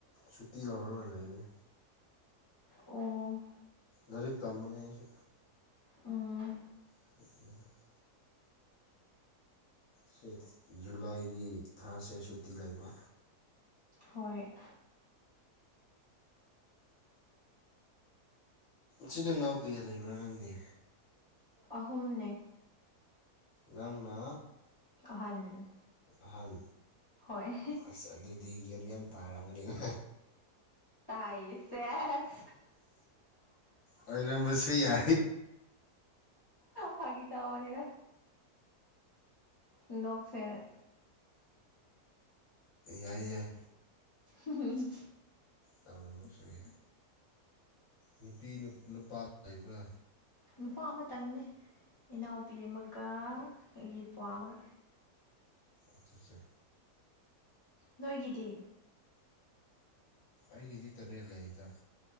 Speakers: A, on the left; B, on the left.
A: ꯁꯨꯇꯤ ꯂꯧꯔꯒ ꯂꯩꯒꯒꯅꯤ
B: ꯑꯣ
A: ꯂꯥꯏꯔꯤꯛ ꯇꯝꯕꯅꯤ ꯑꯩꯁꯨ
B: ꯎꯝ
A: ꯑꯗꯨꯒ ꯁ ꯖꯨꯂꯥꯏꯒꯤ ꯊꯥꯁꯦ ꯁꯨꯇꯤ ꯂꯩꯕ
B: ꯍꯣꯏ
A: ꯁꯤꯗ ꯅꯅꯥꯎ ꯀꯌꯥ ꯂꯩꯕ꯭ꯔꯥ ꯅꯪꯅꯦ
B: ꯑꯍꯨꯝꯅꯦ
A: ꯅꯪꯅ
B: ꯑꯍꯟ
A: ꯑꯍꯥꯟ
B: ꯍꯣꯏ
A: ꯑ ꯑꯗꯨꯗꯤ ꯌꯦꯒꯦꯝ ꯌꯥꯝ ꯇꯥꯔꯕꯅꯤꯅ
B: ꯇꯥꯏ ꯁꯦꯁ
A: ꯑꯣꯏꯔꯝꯕꯁꯨ ꯌꯥ
B: ꯐꯒꯤ ꯇꯅꯤꯔ ꯅꯣꯛ ꯐꯦꯔ
A: ꯌꯥꯏ ꯌꯥꯏ
B: ꯎꯝ
A: ꯇ ꯑꯃꯁꯁꯨꯏ ꯅꯨꯄꯤ ꯅꯨꯄꯥ ꯂꯩꯕ
B: ꯅꯨꯄꯥ ꯑꯃꯇꯪꯅꯦ ꯏꯅꯥꯎꯄꯤ ꯑꯃꯒ ꯑꯩꯒꯤ ꯏ ꯄꯨꯋꯥ꯭ꯋꯥ ꯑꯃꯒ
A: ꯑꯆꯥ ꯑꯦ
B: ꯅꯣꯏꯒꯤꯗꯤ
A: ꯑꯩꯒꯤꯗꯤ ꯇꯔꯦꯠ ꯂꯩꯗ